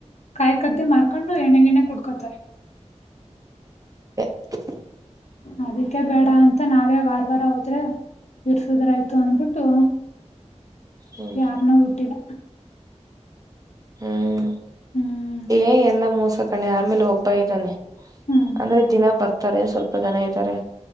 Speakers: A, on the left; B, on the right.
A: ಕಾಯಿ ಕದ್ದಿ ಮಾರ್ಕೊಂಡ ಎಣ್ಣೆ ಗಿಣ್ಣೆ ಕುಡ್ಕೋತಾರೆ
B: <inaudible>
A: ಅದಕ್ಕೆ ಬೇಡ ಅಂತ ನಾವೇ ವಾರ ವಾರ ಹೋದ್ರೆ ಇರ್ಸುದ್ರ ಆಯ್ತು ಅಂದಬಿಟ್ಟು
B: ಹ್ಮ್
A: ಯಾರ್ನ ಹುಟ್ಟಿಲ್ಲ
B: ಹ್ಮ್
A: ಹ್ಮ್
B: ಏ ಎಲ್ಲ ಮೋಸ ಸಾಕಣೆ ಆಮೇಲೆ ಒಬ್ಬ ಇದ್ದಾನೆ
A: ಹ್ಮ್
B: ಅಂದ್ರೆ ದಿನ ಬರ್ತ ತಾರೆ ಸ್ವಲ್ಪ ಜನ ಇದ್ದಾರೆ